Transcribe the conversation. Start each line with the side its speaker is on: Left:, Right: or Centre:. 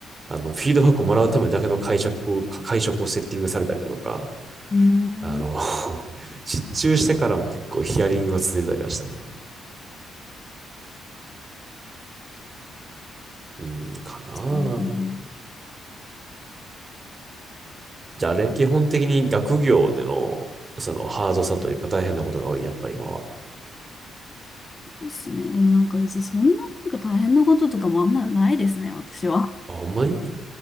Right: あ、あの、フィードバックをもらうためだけの会食を、会食をセッティングされたりだとか、
Left: うー
Right: あの、
Left: ん。
Right: <laughs> 失注してからも結構ヒアリングが続いたりはしたね。うん、かな
Left: 疲れたのです。
Right: じゃああれ、基本的に学業での、そのハードさというか大変なことが多い、やっぱり今は。
Left: そうっすね。でもなんか別にそんななんか大変なこととかもあんまないですね、私は。
Right: あ、ほんまに